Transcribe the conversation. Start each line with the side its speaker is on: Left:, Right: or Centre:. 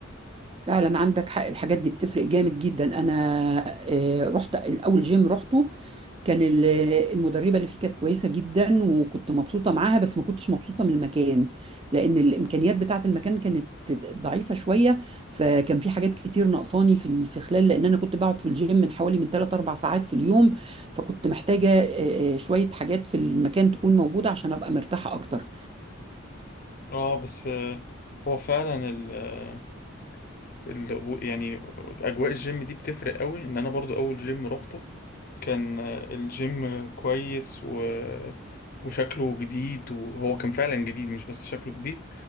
Right: فعلا عندك حق الحاجات دي بتفرق جامد جدا انا آه، رحت الاول جيم رحته كان ال- المدربة اللي فيه كانت كويسة جدا وكنت مبسوطة معاها بس ما كنتش مبسوطة من المكان لأن الإمكانيات بتاعة المكان كانت ضعيفة شوية فكان في حاجات كتير ناقصاني في ال- في خلال لأن أنا كنت بقعد في الجيم من حوالي من 3 4 ساعات في اليوم فكنت محتاجة آه، آه، شوية حاجات في المكان تكون موجودة عشان أبقى مرتاحة أكتر
Left: اه بس آه، هو فعلا ال آه، ال يعني اجواء الجيم دي بتفرق قوي ان انا برضو اول جيم روحته كان الجيم كويس و... وشكله جديد وهو كان فعلا جديد مش بس شكله جديد